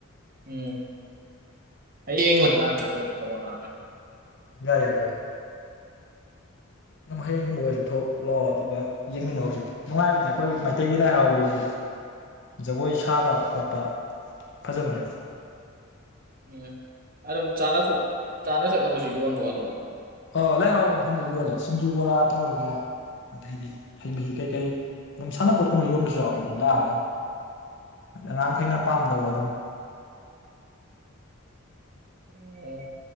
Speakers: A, on the right; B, on the left.
A: ꯎꯝ ꯍꯌꯦꯡꯂ ꯂꯛꯀꯦ ꯀꯣ ꯊꯧꯋꯥ <unintelligible>
B: ꯌꯥꯏ ꯌꯥꯏ ꯌꯥꯏ ꯑꯗꯨꯝ ꯍꯌꯦꯡꯒꯨꯝꯕ ꯑꯣꯏꯔꯁꯨ ꯊꯣꯛ ꯂꯥꯛꯑꯣ ꯑꯗꯨꯒ ꯌꯦꯡꯃꯤꯟꯅꯔꯁꯨ ꯅꯨꯡꯉꯥꯏꯕꯅꯦ ꯑꯩꯈꯣꯏ ꯃꯩꯇꯩꯒꯤ ꯂꯥꯏ ꯍꯔꯥꯎꯕꯩꯁꯨ ꯖꯒꯣꯏ ꯁꯥꯕ ꯈꯣꯠꯄ ꯐꯖꯕꯅꯦꯕ
A: ꯎꯝ ꯑꯗꯨꯝ ꯆꯥꯅ ꯊꯛꯅꯕꯁꯨ ꯌꯣꯟꯕꯣ ꯑꯗꯣ꯫
B: ꯑꯥ ꯂꯥꯏ ꯍꯔꯥꯎꯕ ꯃꯐꯝꯗ ꯌꯣꯜꯂꯤꯦ ꯁꯤꯡꯖꯨ ꯕꯣꯔꯥ ꯇꯧꯔꯒ ꯑꯗꯩꯗꯤ ꯍꯩ ꯃꯍꯤ ꯀꯩꯀꯩ ꯑꯗꯨꯝ ꯁꯥꯟꯅꯄꯣꯠ ꯀꯨꯝꯕ ꯌꯣꯟꯕꯁꯨ ꯌꯥꯎꯋꯤ ꯂꯥꯛꯑꯒ ꯑꯉꯥꯡꯈꯩꯅ ꯄꯥꯝꯗꯧꯕ ꯑꯗꯨꯝ
A: ꯑꯣ